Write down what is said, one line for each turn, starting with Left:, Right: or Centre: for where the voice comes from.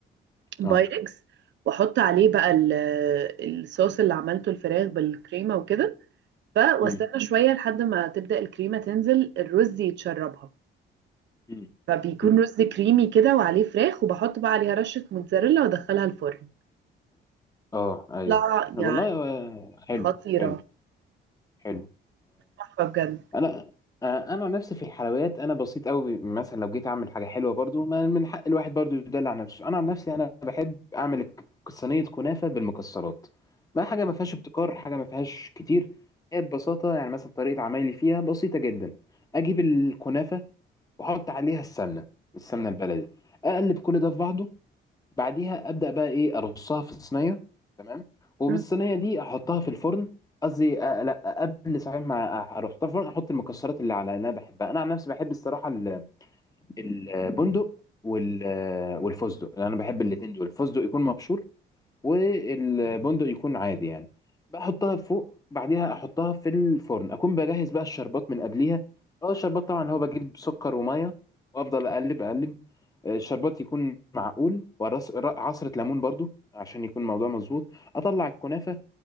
Right: بايركس
Left: اه
Right: واحط عليه بقى ال- الصوص اللي عملته الفراخ بالكريمة وكده ف- واستنى
Left: مم.
Right: شوية لحد ما تبدأ الكريمة تنزل الرز يتشربها
Left: مم.
Right: فبيكون
Left: مم.
Right: رز كريمي كده وعليه فراخ وبحط بقى عليها رشة موتزاريلا وادخلها الفرن
Left: اه ايوه
Right: لا
Left: والله
Right: يعني
Left: آه، حلو
Right: خطيرة
Left: حلو حلو
Right: تحفة بجد
Left: انا آه، انا عن نفسي في الحلويات انا بسيط قوي مثلا لو جيت اعمل حاجه حلوه برضو ما من حق الواحد برضو يدلع نفسه انا عن نفسي انا بحب اعمل ك- صينيه كنافه بالمكسرات ما حاجه ما فيهاش ابتكار حاجه ما فيهاش كتير هي ببساطه يعني مثلا طريقه عمايلي فيها بسيطه جدا اجيب الكنافه واحط عليها السمنه السمنه البلدي اقلب كل ده في بعضه بعديها ابدا بقى ايه ارصها في الصينيه تمام وبالصينيه
Right: مم.
Left: دي احطها في الفرن قصدي آه، لا قبل صحيح ما اروح في الفرن احط المكسرات اللي على اللي انا بحبها انا عن نفسي بحب الصراحه ال- البندق وال آه، والفستق انا بحب الاثنين دول الفستق يكون مبشور والبندق يكون عادي يعني بحطها فوق بعديها احطها في الفرن اكون بجهز بقى الشربات من قبليها اه الشربات طبعا هو بجيب سكر وميه وافضل اقلب اقلب الشربات يكون معقول ورص ر- عصرة ليمون برضو عشان يكون الموضوع مظبوط اطلع الكنافة